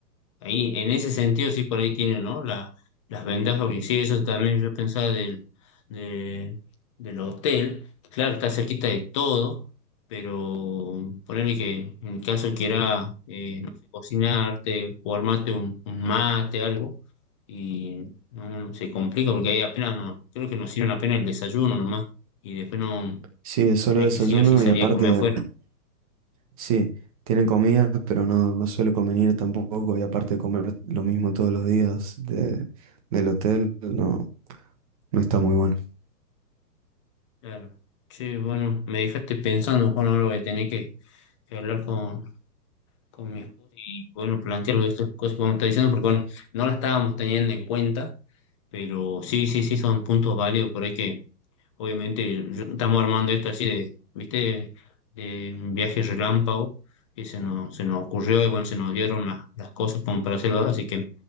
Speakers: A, on the left (about 20°); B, on the right (about 20°).
A: Ahí, en ese sentido, sí, por ahí tiene, ¿no? La- las ventajas, porque sí, eso también yo pensaba del, de- del hotel. Claro, está cerquita de todo, pero ponerle que en caso quiera, eh, no sé, cocinarte o armarte un, un mate, algo, y no se complica porque ahí apenas, no, creo que nos sirven apenas el desayuno nomás, y después no
B: Sí, es solo
A: tenés
B: desayuno
A: que sí o sí salir
B: y aparte
A: a comer afuera.
B: Sí, tienen comidas, pero no, no suele convenir tampoco. Y aparte de comer lo mismo todos los días de, del hotel, no, no está muy bueno.
A: Claro. Che, bueno, me dejaste pensando, Juan, ahora voy a tener que que hablar con con mi esposa y bueno, plantearlo estas cosas que vos me estás diciendo, porque bueno, no las estábamos teniendo en cuenta, pero sí, sí, sí, son puntos válidos, por ahí que obviamente yo- estamos armando esto así de, ¿viste? De un viaje relámpago que se nos, se nos ocurrió y bueno, se nos dieron las, las cosas como para hacerlo ahora, así que